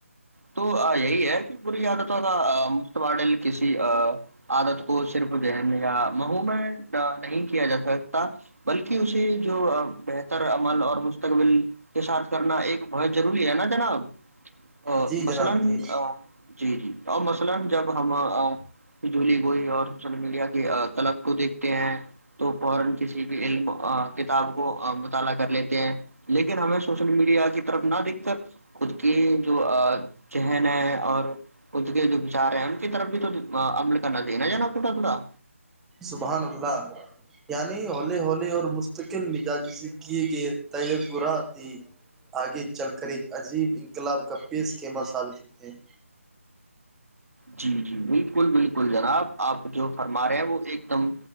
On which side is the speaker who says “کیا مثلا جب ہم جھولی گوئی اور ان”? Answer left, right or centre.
Right